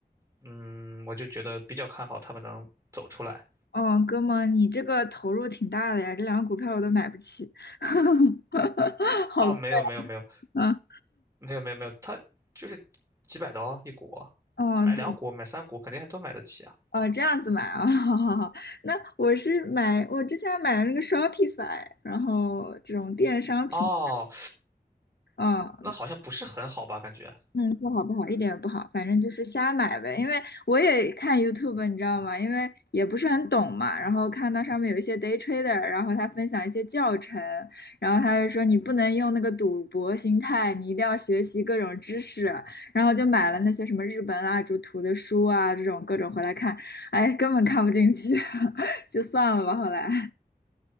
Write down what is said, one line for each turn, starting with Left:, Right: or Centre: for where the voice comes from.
Right: 嗯，我就觉得比较看好他们能走出来。
Left: 哦，哥们，你这个投入挺大的呀，这两个股票我都买不起，<laughs> 好贵
Right: 哦，没有没有没有
Left: 啊。
Right: 没有没有没有，他就是几百刀一股，
Left: 哦，
Right: 买两股买三股肯定还都买得起啊。
Left: 对。哦，这样子买啊，<laughs> 好好好。那我是买，我之前买的那个 Shopify，然后这种电商品，
Right: 哦，
Left: 嗯，
Right: 那好像不是很好吧？感觉
Left: 嗯，不好不好，一点也不好，反正就是瞎买呗。因为我也看 YouTube，你知道吗？因为也不是很懂嘛，然后看到上面有一些 day trader，然后他分享一些教程，然后他就说你不能用那个赌博心态，你一定要学习各种知识，然后就买了那些什么日本蜡烛图的书啊，这种各种回来看，哎，根本看不进去，<laughs> 就算了吧，后来。